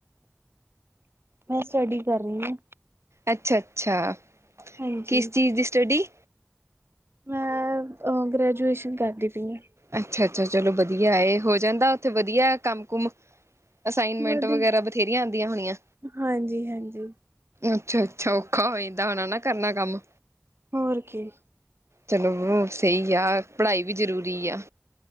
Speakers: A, on the right; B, on the right.
A: ਮੈਂ ਸਟੱਡੀ ਕਰ ਰਈ ਆ
B: ਅੱਛਾ-ਅੱਛਾ,
A: ਹਾਂਜੀ
B: ਕਿਸ ਚੀਜ਼ ਦੀ ਸਟੱਡੀ
A: ਮੈਂ ਅ ਗ੍ਰੈਜੂਏਸ਼ਨ ਕਰਦੀ ਪਈ ਆ।
B: ਅੱਛਾ-ਅੱਛਾ ਚਲੋ ਵਧੀਆ ਏ, ਹੋ ਜਾਂਦਾ ਉੱਥੇ ਵਧੀਆ ਕੰਮ ਕੁਮ ਅਸਾਈਨਮੈਂਟ
A: ਵਧੀ,
B: ਵਗੈਰਾ ਬਥੇਰੀਆਂ ਆਂਦੀਆਂ ਹੋਣੀਆਂ।
A: ਹਾਂਜੀ ਹਾਂਜੀ
B: ਅੱਛਾ-ਅੱਛਾ ਔਖਾ ਹੋਈਦਾ ਹੋਣਾ ਨਾ ਕਰਨਾ ਕੰਮ।
A: ਹੋਰ ਕੀ
B: ਚਲਓ ਸਹੀ ਆ। ਪੜ੍ਹਾਈ ਵੀ ਜ਼ਰੂਰੀ ਆ।